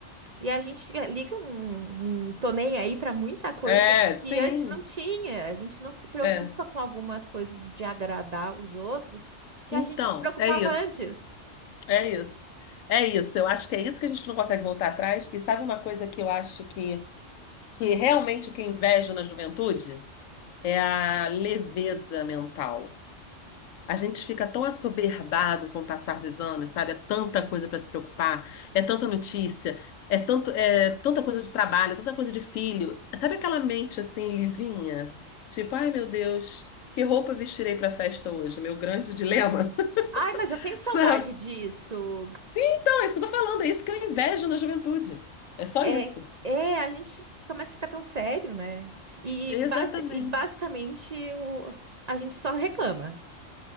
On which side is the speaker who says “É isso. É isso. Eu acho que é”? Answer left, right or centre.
Left